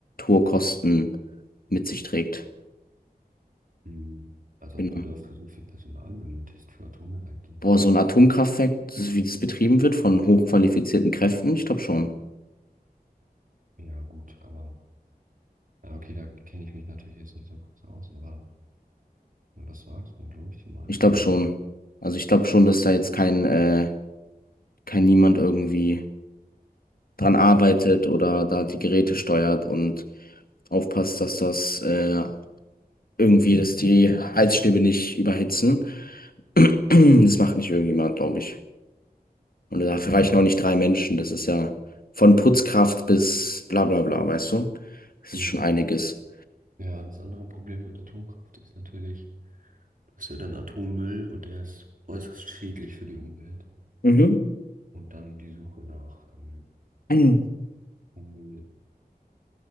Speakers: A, on the left; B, on the right.
A: hohe Kosten mit sich trägt.
B: Hm, als ob
A: Genau.
B: du dafür so viel Personal benötigst für Atomenergie.
A: Boah, so ein Atomkraftwerk, das ist, wie das betrieben wird von hochqualifizierten Kräften, ich glaube schon.
B: Ja, gut, aber, ja, okay, da kenne ich mich natürlich jetzt nicht so krass aus, aber. Wenn du das sagst, dann glaube ich dir mal.
A: Ich glaube
B: Ähm,
A: schon. Also ich glaube schon, dass da jetzt kein, äh, kein niemand irgendwie dran arbeitet oder da die Geräte steuert und aufpasst, dass das äh, irgendwie, dass die Heizstäbe nicht überhitzen. <clears throat> Das macht nicht irgendjemand, glaube ich. Und dafür
B: ja.
A: reichen auch nicht drei Menschen. Das ist ja von Putzkraft
B: Ja.
A: bis bla bla bla, weißt du? Das
B: Mhm.
A: ist schon einiges.
B: Ja, das andere Problem mit Atomkraft ist natürlich, du hast ja dann Atommüll und der ist äußerst schädlich für die Umwelt.
A: Mhm.
B: Und dann die Suche nach ähm,
A: <clears throat>
B: Atommüll-End